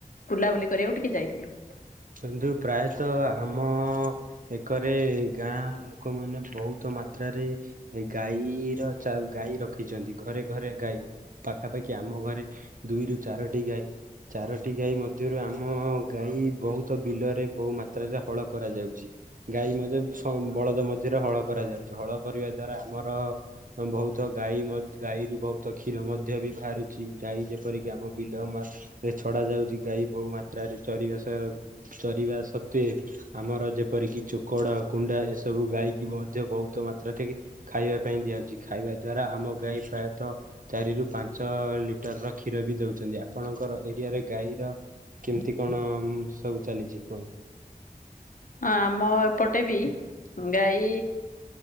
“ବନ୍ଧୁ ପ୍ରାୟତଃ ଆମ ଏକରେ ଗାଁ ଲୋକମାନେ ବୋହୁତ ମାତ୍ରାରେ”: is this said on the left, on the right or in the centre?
Right